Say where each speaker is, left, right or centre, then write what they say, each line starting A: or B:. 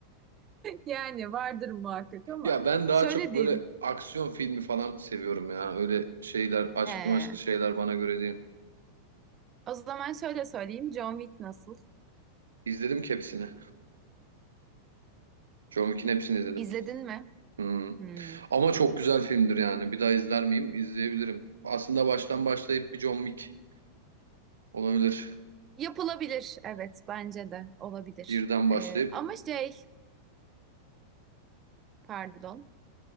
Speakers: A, on the right (about 30°); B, on the right (about 70°).
A: Yani vardır muhakkak ama
B: Ya ben daha
A: şöyle
B: çok böyle
A: diyeyim.
B: aksiyon filmi falan seviyorum ya. Öyle şeyler, aşklı
A: He.
B: maşklı şeyler bana göre değil.
A: O zaman şöyle söyleyeyim. John Wick nasıl?
B: İzledim ki hepsini. John Wick'in hepsini izledim.
A: İzledin mi?
B: Hmm.
A: Hmm.
B: Ama çok güzel filmdir yani. Bir daha izler miyim? İzleyebilirim. Aslında baştan başlayıp bir John Wick olabilir.
A: Yapılabilir. Evet, bence de olabilir.
B: Birden başlayıp.
A: Ee, ama şey, pardon.